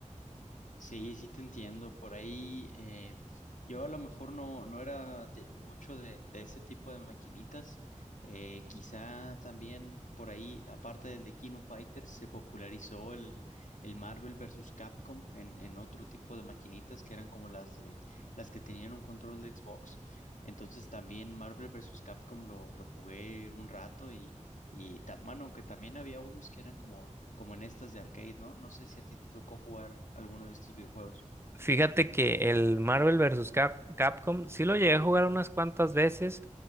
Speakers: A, on the left (about 75°); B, on the right (about 20°).
A: Sí, sí te entiendo. Por ahí eh, yo a lo mejor no, no era de mucho de, de ese tipo de maquinitas. Eh, quizá también por ahí, aparte del de Kino Fighters, se popularizó el, el Marvel versus Capcom en, en otro tipo de maquinitas que eran como las de las que tenían un control de Xbox. Entonces también Marvel versus Capcom lo, lo jugué un rato y, ta- bueno, aunque también había unos que eran como, como en estas de arcade, ¿no? No sé si a ti te tocó jugar alguno de estos videojuegos.
B: Fíjate que el Marvel versus Cap- Capcom sí lo llegué a jugar unas cuantas veces,